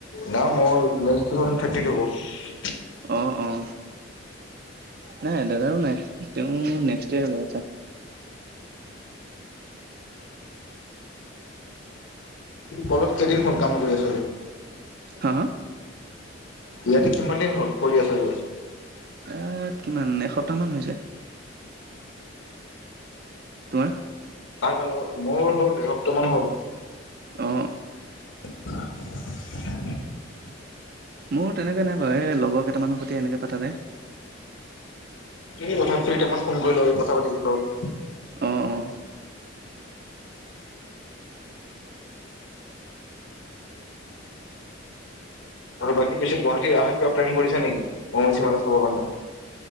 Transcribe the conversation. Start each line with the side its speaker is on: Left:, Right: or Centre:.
Left: নাই মই। বয়স তো তোমাৰ থাৰ্টি টু হব্। <unintelligible>
Right: অ অ নাই দাদাৰো নাই তেওঁ নেক্সট ইয়ৰ লৈ আছে।
Left: কলত কেইদিন হল কাম কৰি আছে।
Right: হা হা।
Left: ইয়াতে কিমান দিন হ'ল কৰি আছা?
Right: এ কিমান এসপ্তাহ মান হৈছে। তোমাৰ।
Left: ত কাৰ লগত মোৰ হ'ল এসপ্তাহ মান হ'ল।
Right: অ
Left: <unintelligible>
Right: মোৰ তেনেকে নাই বাৰু এই লগৰ কেইটামানৰ সৈতে এনেকে পতা যায় ।
Left: কি কথা ফ্ৰী টাইমত ফোন কৰি ল'ল কথা পাতি ল'ল
Right: অ অ
Left: আৰু বাকী পিছে গুৱাহাটী আহা কিবা প্লেন কৰিছা নেকি অম্বুবাচী মেলা চাব কাৰণে